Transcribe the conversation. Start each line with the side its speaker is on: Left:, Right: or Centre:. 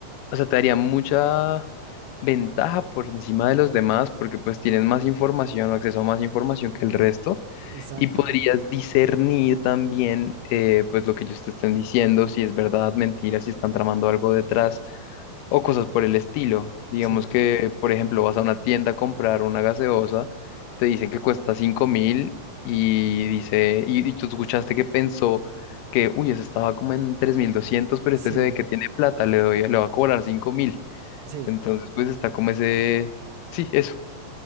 Left: o sea, te daría mucha ventaja por encima de los demás porque pues tienes más información o acceso a más información que el resto.
Right: exacto.
Left: Y podrías discernir también, eh, pues lo que ellos te estén diciendo, si es verdad, mentira, si están tramando algo detrás o cosas por el estilo. Digamos
Right: Sí,
Left: que, por ejemplo, vas a una tienda a comprar una gaseosa, te dicen que cuesta cinco mil y dice, y, y tú escuchaste que pensó que, uy, esa estaba como en 3.200 pero
Right: sí,
Left: este se ve que tiene plata, le doy, le va a cobrar cinco mil.
Right: sí.
Left: Entonces, pues está como ese, sí, eso.